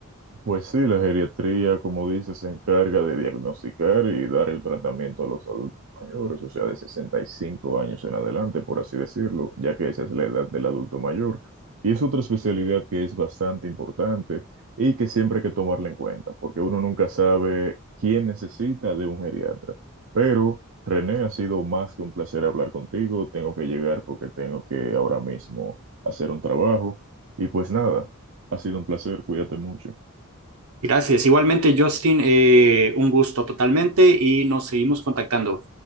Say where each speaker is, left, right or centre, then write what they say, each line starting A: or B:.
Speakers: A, on the right; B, on the right.
A: Pues sí, la geriatría, como dices, se encarga de diagnosticar y dar el tratamiento a los adultos mayores, o sea, de 65 años en adelante, por así decirlo, ya que esa es la edad del adulto mayor. Y es otra especialidad que es bastante importante y que siempre hay que tomarla en cuenta, porque uno nunca sabe quién necesita de un geriatra. Pero, René, ha sido más que un placer hablar contigo. Tengo que llegar porque tengo que ahora mismo hacer un trabajo. Y pues nada, ha sido un placer, cuídate mucho.
B: Gracias. Igualmente, Justin, eh, un gusto totalmente y nos seguimos contactando.